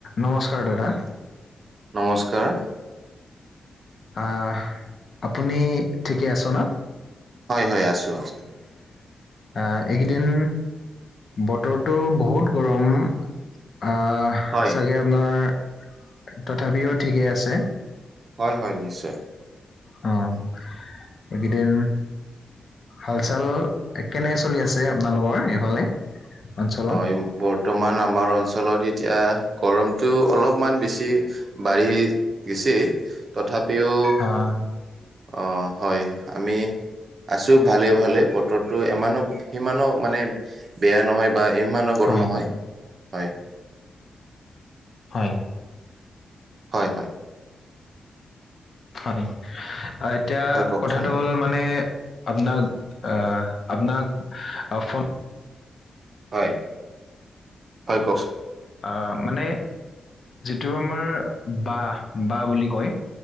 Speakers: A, on the left; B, on the right.
A: নমস্কাৰ দাদা।
B: নমস্কাৰ।
A: আ, আপুনি ঠিকেই আছ না।
B: হয়, হয় আছো আছ
A: আ, এইকেইদিন বতৰটো বহুত গৰম আ
B: হয়
A: চাগে আপোনাৰ, তথাপিও ঠিকে আছে।
B: হয়, হয় নিশ্চয়।
A: অ', এইকেইদিন হাল-চাল কেনে চলি আছে আপোনালোকৰ এইফালে। অঞ্চলত
B: হয়, বৰ্তমান আমাৰ অঞ্চলত এতিয়া গৰমটো অলপমান বেছি বাঢ়ি গেছি তথাপিও
A: আহ,
B: অ', হয় আমি আছো ভালে ভালে বতৰটো এমানো সিমানো মানে বেয়া নহয় বা ইমানো গৰম
A: হয়
B: নহয়, হয়।
A: হয়।
B: হয় হয়।
A: হয়, এতিয়া
B: হয় কওকচোন
A: কথাটো হ'ল মানে আপোনাক আহ আপোনাক ফোন
B: হয় হয়, কওঁক
A: আহ মানে যিটো আমাৰ বাহ, বাহ বুলি কয়